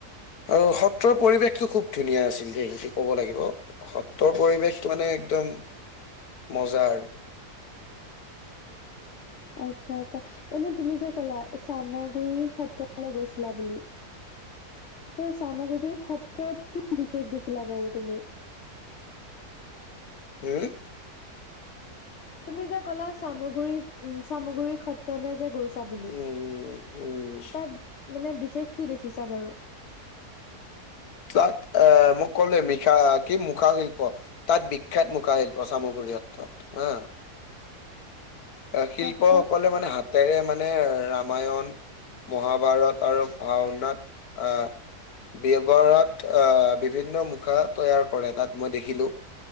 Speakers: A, on the left; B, on the left.
A: আৰু সত্ৰৰ পৰিৱেশটো খুব ধুনীয়া আছিল দেই সেইটো কব লাগিব। সত্ৰৰ পৰিৱেশটো মানে একদম মজাৰ আৰু।
B: আচ্ছা আচ্ছা এনে তুমি যে কলা চামগুৰি সত্ৰলৈ গৈছিলা বুলি তে চামগুৰিৰ ক্ষত্ৰত কি বিশেষ দেখিলা বাৰু তুমি?
A: হম?
B: তুমি যে ক'লা চামগুৰি উ চামগুৰি সত্ৰলৈ যে গৈ বুলি,
A: উম উম
B: তাত মানে বিশেষ কি দেখিছা বাৰু?
A: তাত আহ মোক ক'লে মখা কি মুখা শিল্প তাত বি শেষ মুখা শিল্প চামগুৰি সত্ৰত হা অ শিল্পসকলে
B: তাৰপিছত
A: মানে হাত তাৰে মানে ৰামায়ণ, মহাভাৰত আৰু ভাওনাত আহ ব্যৱাৰত আহ বিভিন্ন মুখাত তৈয়াৰ কৰে তাত মই দেখিলো,